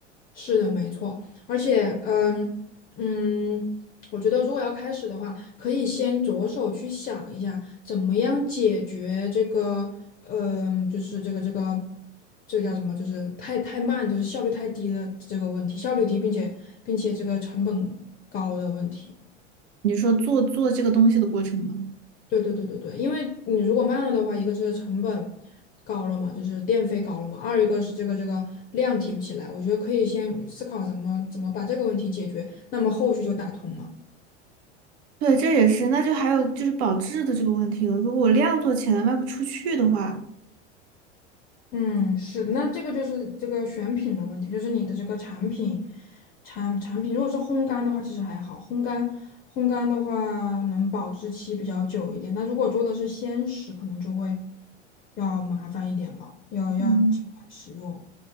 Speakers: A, on the left; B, on the right.
A: 是的，没错，而且，嗯嗯，我觉得如果要开始的话，可以先着手去想一下，怎么样解决这个，嗯，就是这个这个这个叫什么，就是太太慢，就是效率太低的这个问题，效率低，并且并且这个成本高的问题。
B: 你说做做这个东西的过程吗？
A: 对对对对对，因为你如果慢了的话，一个是成本高了嘛，就是电费高了嘛；二一个是这个这个量提不起来。我觉得可以先思考怎么怎么把这个问题解决，那么后续就打通了。
B: 对，这也是。那就还有就是保质的这个问题了。如果我量做起来卖不出去的话，
A: 嗯，是的，那这个就是这个选品的问题，就是你的这个产品产产品，如果是烘干的话，其实还好，烘干烘干的话能保质期比较久一点。那如果做的是鲜食，可能就会要麻烦一点了，要要尽快使用。
B: 嗯。